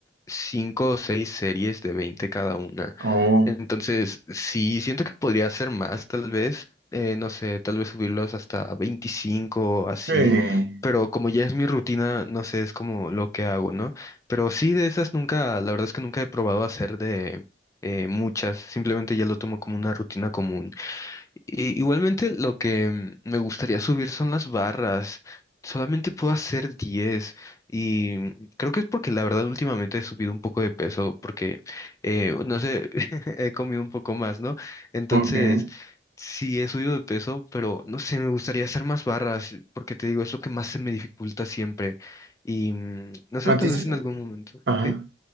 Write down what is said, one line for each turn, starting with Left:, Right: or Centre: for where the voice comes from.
Left: cinco o seis series de 20 cada una.
Right: Oh,
Left: Entonces, sí, siento que podría hacer más, tal vez, eh, no sé, tal vez subirlos hasta 25 o así,
Right: sí,
Left: pero como ya es mi rutina, no sé, es como lo que hago, ¿no? Pero sí, de esas nunca, la verdad es que nunca he probado hacer de eh, muchas, simplemente ya lo tomo como una rutina común. Y- igualmente lo que me gustaría subir son las barras. Solamente puedo hacer 10 y creo que es porque la verdad últimamente he subido un poco de peso porque, eh, no sé, <laughs> he comido un poco más, ¿no? Entonces,
Right: ok.
Left: sí he subido de peso, pero no sé, me gustaría hacer más barras porque te digo, es lo que más se me dificulta siempre y mm, no sé,
Right: ¿A
Left: tal
Right: ti, se-
Left: vez en algún momento,
Right: ajá.
Left: ¿sí?